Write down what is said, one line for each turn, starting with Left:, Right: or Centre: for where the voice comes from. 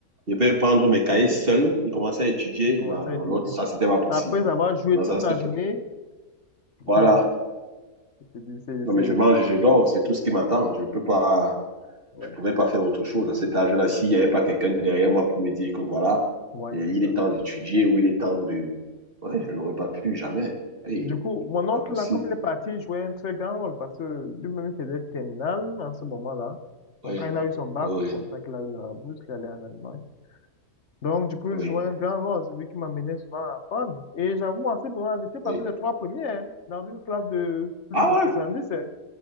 Right: je vais prendre mes cahiers seul et commencer à étudier.
Left: J'ai commencé
Right: Non, non,
Left: à étudier.
Right: l'autre, ça, c'était pas possible.
Left: Après avoir joué
Right: Non,
Left: toute
Right: ça,
Left: la
Right: c'était pas...
Left: journée, <laughs>
Right: Voilà.
Left: je te dis, c'est,
Right: Non,
Left: c'est,
Right: mais je mange, je dors, c'est tout ce qui m'attend. Je peux pas.
Left: ouais,
Right: je ne pouvais pas faire autre chose. À cet âge-là, s'il n'y avait pas quelqu'un derrière moi pour me dire que voilà,
Left: ouais,
Right: il
Left: c'est ça.
Right: est temps d'étudier ou il est temps de... Ouais, je n'aurais pas pu, jamais. Hey,
Left: Du coup, mon
Right: c'est
Left: oncle,
Right: pas possible.
Left: là, comme il est parti, il jouait un très grand rôle parce que lui-même, il faisait terminale en ce moment-là. Donc,
Right: Oui,
Left: quand il a eu son bac,
Right: oui,
Left: c'est comme ça qu'il a eu la bourse, il est allé en Allemagne. Donc, du coup,
Right: oui,
Left: je jouais un grand rôle. C'est lui qui m'amenait souvent à apprendre. Et j'avoue, en ce moment, j'étais parmi
Right: oui.
Left: les trois premiers, hein, dans une classe de plus
Right: Ah
Left: de
Right: ouais,
Left: 70, hein,